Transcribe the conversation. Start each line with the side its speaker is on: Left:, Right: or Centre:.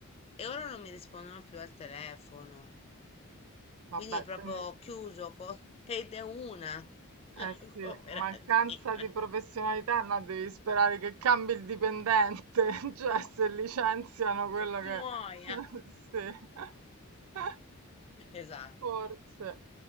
Left: e ora non mi rispondono più al telefono.
Right: vabbè,
Left: Quindi proprio
Right: quindi
Left: ho chiuso co- <laughs> ed è una <laughs> la
Right: eh sì,
Left: cooperativa.
Right: mancanza di professionalità,
Left: <laughs>
Right: no, devi sperare che cambi il dipendente, <laughs> cioè se licenziano quello
Left: Che
Right: che...
Left: muoia.
Right: <laughs> Sì, <laughs>
Left: Esatto,
Right: forse.